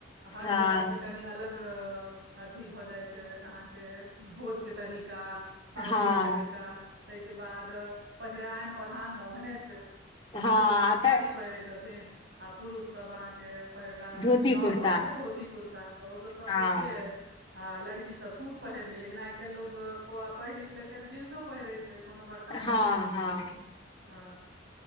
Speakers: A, on the right (about 65°); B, on the left (about 25°).
A: हर
B: हँ
A: जगह के कनि अलग अथी भऽ जाइ छै अहाँके भोज के तरीका बाजे
B: हँ
A: के तरीका तहिके बाद पहिरायन ओढ़हान तऽ ओहने छै
B: हँ
A: महिला सब
B: आ
A: साड़ी
B: तऽ
A: पहिरै छथिन आ पुरुषसभ अहाँके पहिरला
B: धोती
A: गाँंव
B: कुर्ता
A: घर में धोती कुर्ता तऽ ओ तऽ सब
B: हँ
A: एके ह आ लड़की सब सूट पहिरले लेकिन आइ कल लो पढ़ लिख लेलकै तऽ जींसो पहिरे छै कोनो बड़ <unintelligible>
B: हँ हँ